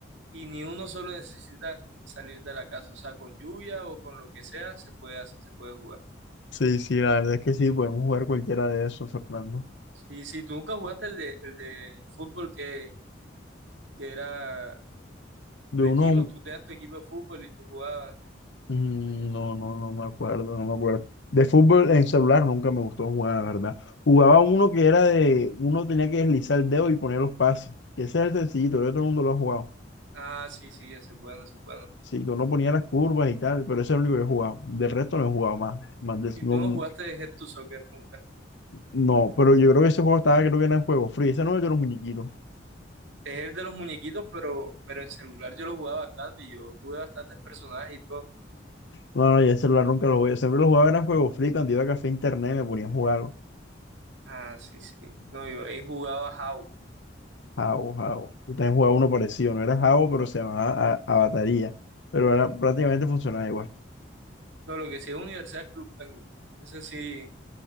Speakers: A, on the right; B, on the left.
A: y ni uno solo necesita salir de la casa, o sea, con lluvia o con lo que sea, se puede hacer- se puede jugar.
B: Sí, sí, la verdad es que sí, podemos jugar cualquiera de esos, Fernando.
A: Sí, sí, tú nunca jugaste el de, el de fútbol que, que era
B: De
A: de
B: uno,
A: equipos, tú tenías tu equipo de fútbol y tú jugabas.
B: mm, no, no, no me acuerdo, no me acuerdo. De fútbol en celular nunca me gustó jugar, la verdad. Jugaba uno que era de, uno tenía que deslizar el dedo y poner los pases. que Ese es el sencillito, el otro mundo lo ha jugado.
A: Ah, sí, sí, ese es bueno, ese es bueno.
B: Sí, que uno ponía las curvas y tal, pero ese es el único que he jugado. Del resto no he jugado más. más de-
A: Y
B: no,
A: tú no jugaste de Head to Soccer nunca.
B: no, pero yo creo que ese juego estaba, creo que era en juego free. Ese no era de los muñequitos.
A: Es el de los muñequitos, pero, pero en celular yo lo jugaba bastante y yo tuve bastantes personajes y todo.
B: No, no, yo el celular nunca lo jugué. Yo siempre lo jugaba era en juego free. Cuando iba a café internet me ponía a jugar
A: Ah, sí, sí. No, yo ahí jugaba How.
B: Jabo, Jabo. Yo también jugaba uno parecido, no era Jabo, pero se llamaba a- Avataría. Pero era, prácticamente funcionaba igual.
A: No, lo que sí es Universidad es Club Penguin. Ese sí